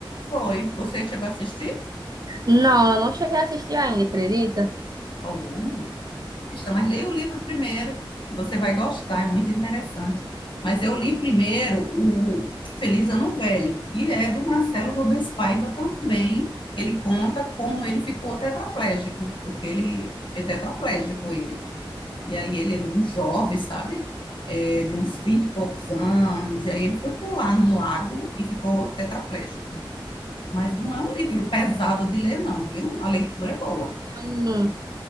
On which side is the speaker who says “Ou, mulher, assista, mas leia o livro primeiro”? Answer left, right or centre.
Left